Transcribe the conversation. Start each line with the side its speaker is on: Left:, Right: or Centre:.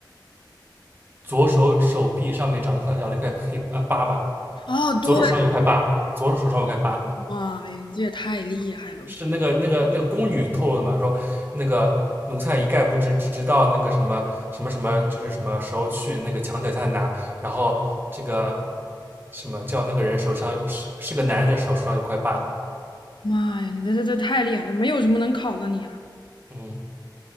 Right: 左手手臂上面长块长了一块黑啊疤吧。
Left: 哦，
Right: 左手上有块疤，
Left: 对，
Right: 左手手上有块疤，
Left: 妈呀，你这也太厉害了！
Right: 是那个那个那个宫女透露的嘛？说那个奴才一概不知，只知道那个什么什么什么，就是什么时候去那个墙脚下拿，然后这个什么叫那个人手上是是个男人的手手上有块疤，
Left: 妈呀，你这这这太厉害了，没有什么能考的你啊！
Right: 嗯